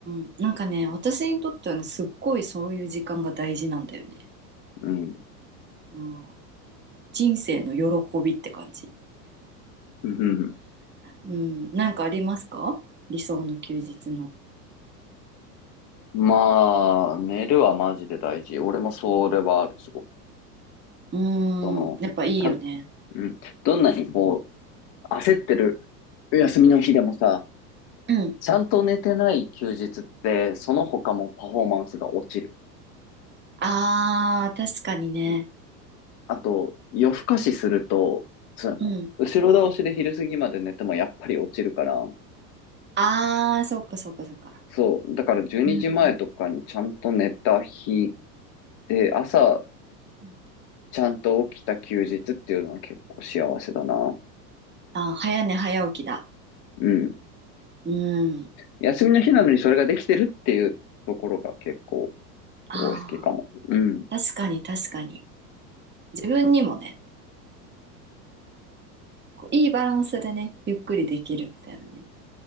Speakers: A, on the right; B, on the left.
A: ん。なんかね、私にとってはね、すっごいそういう時間が大事なんだよね。
B: うん。
A: うん。人生の喜びって感じ。
B: うんうん
A: うん、なんかありますか理想の休日の。
B: まあ、寝るはマジで大事。俺もそれはある、すごく。
A: うーん、
B: その、
A: やっぱいいよね。
B: た、うん。どんなにこう、焦ってる休みの日でもさ、
A: うん。
B: ちゃんと寝てない休日って、その他もパフォーマンスが落ちる。
A: あー、確かにね。
B: うん。あと、夜更かしすると、その、
A: うん。
B: 後ろ倒しで昼過ぎまで寝てもやっぱり落ちるから、
A: あー、そっかそっかそっか。
B: そう。だから12時前とかにちゃんと寝た日
A: うんうん
B: で、朝
A: うん。
B: ちゃんと起きた休日っていうのは結構幸せだな。
A: あー、早寝早起きだ。
B: うん。
A: うん。
B: 休みの日なのにそれができてるっていうところが結構
A: あ
B: すごい好きかも。うん。
A: ー、確かに確かに。自分にもね、こういいバランスでね、ゆっくりできるみたいなね。